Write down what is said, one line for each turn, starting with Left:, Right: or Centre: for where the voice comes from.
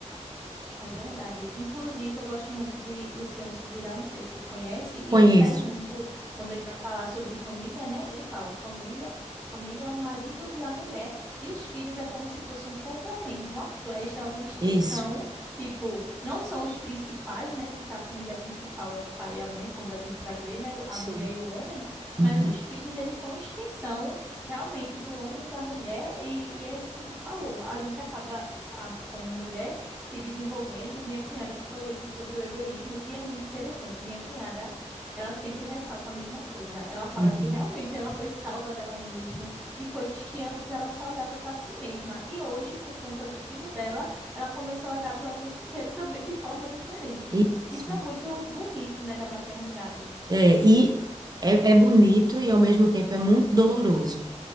Centre: É verdade. Inclusive, eu gosto muito de Luciano Subirá, não sei se tu conhece, e
Right: Conheço.
Centre: ele traz muito, quando ele vai falar sobre família, né? Ele fala, família, família é o marido e a mulher, e os filhos é como se fosse um complemento, uma flecha, uma extensão,
Right: Isso.
Centre: tipo, não são os principais, né? Porque a família principal é o pai e a mãe, quando a gente vai ver, né? A
Right: Sim.
Centre: mulher e o homem, mas
Right: Uhum,
Centre: os filhos, eles são extensão realmente do homem e da mulher, e, e é isso que tu falou. A gente acaba a- como mulher se desenvolvendo. Minha cunhada, tu falou isso sobre o egoísmo, e é muito interessante. Minha cunhada, ela sempre ressalta a mesma coisa. Ela fala
Right: uhum.
Centre: que realmente ela foi salva dela mesma, de coisas que antes ela só olhava para si mesma. E hoje, por conta do filho dela, ela começou a olhar para o mundo inteiro também de forma diferente.
Right: Isso.
Centre: Isso é muito bonito, né, da maternidade.
Right: É, e é, é bonito e ao mesmo tempo é muito doloroso.